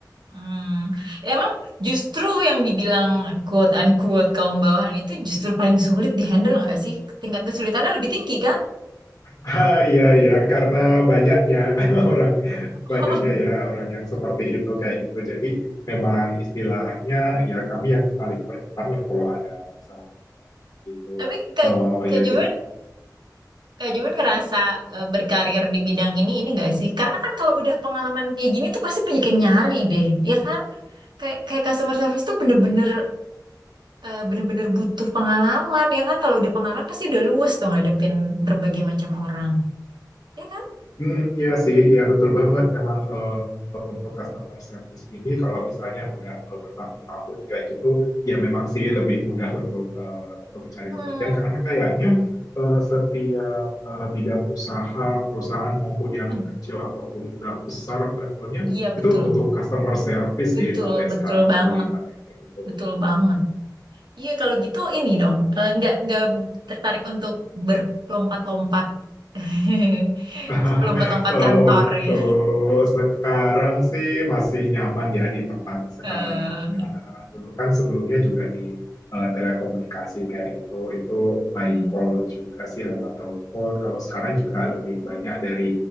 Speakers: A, on the right; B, on the left.
A: Hmm. Emang justru yang dibilang quote unquote kaum bawahan itu justru paling sulit dihandle nggak sih? Tingkat kesulitannya lebih tinggi kan?
B: Ah, iya <laughs> ya karena banyaknya <laughs> orang
A: <laughs>
B: banyaknya ya orang yang seperti itu kayak gitu. Jadi memang istilahnya ya kami yang paling terdepan lah kalau ada masalah gitu.
A: Tapi Kak,
B: Eh,
A: Kak
B: ya
A: Juven Kak Juan ngerasa eh, berkarir di bidang ini ini gak sih? Karena kan kalau udah pengalaman kayak gini tuh pasti banyak yang nyari deh, ya kan? Kayak kayak customer service tuh bener-bener eh, bener-bener butuh pengalaman, ya kan? Kalau udah pengalaman pasti udah luwes tuh ngadepin berbagai macam orang, ya kan?
B: Mhm, iya sih, iya betul banget memang, eee, untuk customer service ini kalau misalnya udah, eee, bertahun-tahun kayak gitu, ya memang sih lebih mudah untuk, eee, untuk mencari
A: Hmm,
B: pekerjaan karena kayaknya, eee, setiap, eee, bidang usaha, perusahaan maupun yang
A: hmm,
B: kecil ataupun udah besar levelnya,
A: iya
B: itu
A: betul,
B: butuh customer service
A: betul,
B: sih sampai sekarang
A: betul
B: aku
A: banget,
B: lihat kayak gitu.
A: betul banget. Iya kalau gitu ini dong, eh, nggak nggak tertarik untuk berlompat-lompat, <laughs>
B: <laughs>
A: lompat-lompat
B: Eh,
A: kantor
B: untuk
A: ya.
B: sekarang sih masih nyaman ya di tempat sekarang
A: Eh,
B: ini karena dulu kan sebelumnya juga di eh, telekomunikasi kayak gitu itu by
A: hmm.
B: call juga sih lewat telepon kalau sekarang juga lebih banyak dari